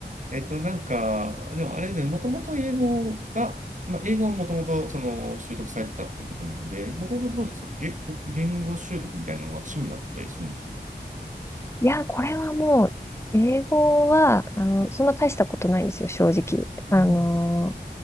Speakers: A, on the right; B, on the left.
A: えっと、なんか、でもあれですね、もともと英語が、まあ、英語はもともとその習得されてたってことなんで、もともとどうですか言語、言語習得みたいなのが趣味だったりするんですかね。
B: いや、これはもう、英語は、あの、
A: うん、
B: そんな大したことないんですよ、正直。あの、
A: うん、